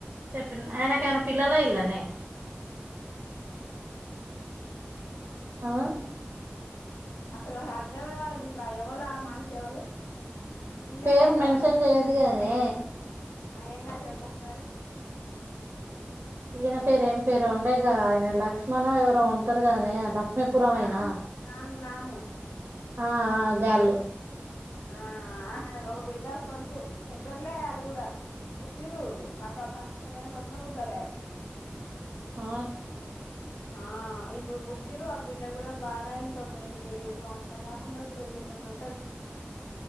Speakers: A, on the right; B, on the left.
A: చెప్పింది ఆయనకేమైనా పిల్లలయిల్లానే ఆ
B: అసలు మాకు అర్ధమే కాలేదు ఇప్పుడు ఆ ఎవలు మనిషి ఎవలు పిల్లలు
A: పేరు
B: అయ్యిర్రు
A: మెన్షన్ చయ్యదుగదనే
B: అ ఏంగాదు చెప్పొకసారి
A: ఇయ్యన పేరు ఏం పేరు ఉండేగా ఆయన లక్ష్మణో ఎవరో ఉంటారుగదనే ల పే <unintelligible> పురమాయన
B: రాము రాము రాము
A: ఆ గాళ్ళు
B: ఆ ఒక బిడ్డ ఒక కొడుకు పెద్దోళ్ళే వాళ్ళు కూడా పుట్టిరు అక్క ఫస్ట్ పెళ్ళైన కొత్తలో పుట్టలే
A: ఆ
B: ఆ ఇప్పుడు పుట్టిర్రు ఆ బిడ్డ కూడా బాగానే తొమ్మిది సంవత్సరలు దాకుండొచ్చు ఎనిమిది తొమ్మిది ఉంటుది